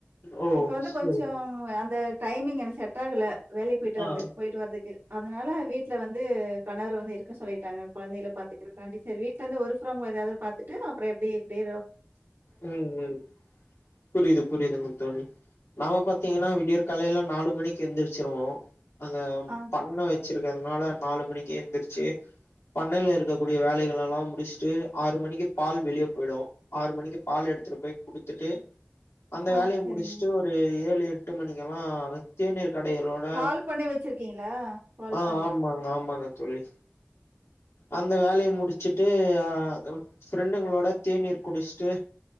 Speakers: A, on the left (about 80°); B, on the right (about 65°).
A: ஓ
B: இப்ப வந்து
A: சேரி
B: கொஞ்சம் அந்த டைமிங் எனக்கு செட் ஆகல வேலைக்கு போயிட்டு வறதுக்கு
A: ஆ
B: போயிட்டு வறதுக்கு அதனால வீட்டுல வந்து கணவர் வந்து இருக் கசொல்லிட்டாங்க குழந்தைல பாத்துருக்காண்டி சரி வீட்டுல இருந்து ஒர்க்பர்ம் ஹோம் ஏதாவது பாத்துட்டு அப்புறம் எப்டி எப்டி
A: உம் உம் புரியது புரியதுங்க தோழி நாம பாத்தீங்கன்னா விடியர் காலையில நாலு மணிக்கு எந்திருச்சிருவோம் அங்க
B: ஆ,
A: பண்ணை வச்சு இருக்கிறதுனால நாலு மணிக்கு எந்திருச்சு பண்ணையில இருக்கக்கூடிய வேலைகள் எல்லாம் முடிச்சுட்டு ஆறு மணிக்கு பால் வெளியே போயிடும் ஆறு மணிக்கு பால் எடுத்துட்டு போய் குடுத்துட்டு அந்த
B: ஆ
A: வேலையமுடிச்சுட்டு
B: சரிங்க.
A: ஒரு ஏழு எட் டுமணிக்கெல்லாம் வெத்திய <unintelligible> கடைகளோட
B: பால் பண்ணை வச்சிருக்கீங்களா? பால்
A: ஆஹ்
B: பண்ணை.
A: ஆமாங்க ஆமாங்க தோழி அந்த வேலையை முடிச்சுட்டு அஹ் ஃப்ரெண்ட்ங்களோட தேநீர் குடிச்சுட்டு